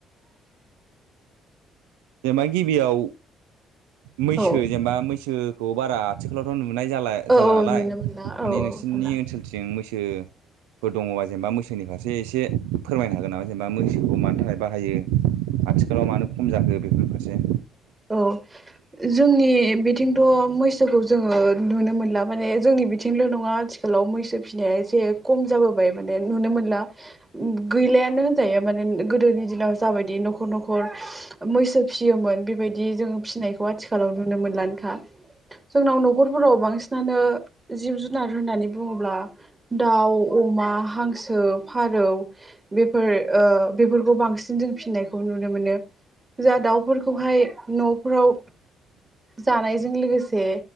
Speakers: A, on the right (about 25°); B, on the right (about 85°).
A: <inaudible>
B: जेमा गिबियाव। मैसो
A: औ
B: जेनेबा मैसोखौ बारा आथिखालावथ नुनो। नुनाय जाला
A: औ
B: जाला
A: औ
B: नालाय
A: नुनो मोनला
B: माने
A: औ
B: नोंसोरनि
A: औ नुला
B: ओनसोलथिं मैसो। फोर दङबा जेनेबा मोसोनि फारसे एसे फोरमायनो हागोन नामा जेनेबा मैसोखौ मानि थाखाय बाहायो। आथिखालाव मानो खम जाखो बेफोरफोरसे।
A: औ। जोंनि बिथिंथ मैसोखौ जोंङो नुनो मोनला माने जोंनि बिथिंल नङां। ओनसोलाव मैसो फिनाया एसे खम जाबोबाय माने नुनो मोनला गैलायानो होनजायो माने। गोदोनि दिनाव जाबायदि नखर नखर मैसो फिसियोमोन बेबायदि। बिदि जोंङो फिनायखौ आथिखालाव नुनो मोनलानोखा। जोंनाव नखरफोराव बांसिनानो जिब जुनार होननानै बुंङोब्ला। दाउ अमा हांसो फारौ बेफोर बेफोरखौ बांसिन। जों फिसिनायखौ नुनो मोनो जा दाउफोरखौहाय नफ्राव। जानायजों लोगोसे